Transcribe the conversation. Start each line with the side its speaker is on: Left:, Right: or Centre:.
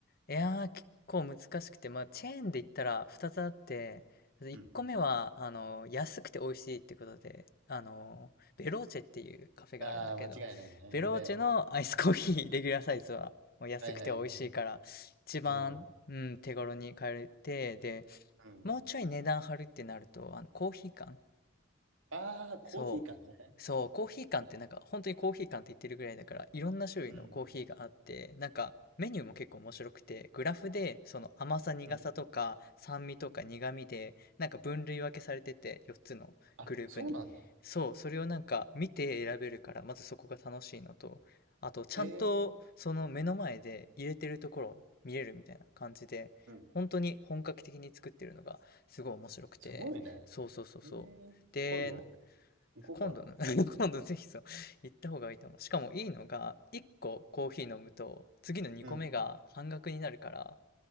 Left: いやー、結構難しくて、まあ、チェーンで言ったら2つあって、1個目は、
Right: うん。
Left: あの、安くて美味しいってことで、あの、ベローチェっていうカフェがあるんだけど、
Right: ああ、間違いないね。
Left: ベローチェのアイスコーヒー、
Right: 俺。うん
Left: レギュラーサイズは、もう安くて美味しいから、
Right: はいはいはい。
Left: 一番、
Right: うん。
Left: うん、手頃に買えて、で、
Right: うん。
Left: もうちょい値段張るってなると、あの、コーヒー缶
Right: ああ、コーヒー缶ね。
Left: そう。そう、コーヒー缶ってなんか本当にコーヒー缶って言ってるぐらいだからいろんな種類のコーヒーがあってなんかメニューも結構面白くてグラフでその甘さ苦さとか酸味とか苦味でなんか分類分けされてて4つのグループにそうそれをなんか見て選べるからまずそこが楽しいのとあとちゃんとその目の前で入れてるところを見れるみたいな感じで本当に本格的に作ってるのがすごい面白くてそうそうそうそうで
Right: うんあうん。あ、そうなんだ。へえ。うん。すごいね。へえ。今度、行こうかな。
Left: 今度の <laughs> 今度ぜひそう、行った方がいいと思う。しかもいいのが、1個コーヒー飲むと、次の2個目が半額になるから、
Right: うん。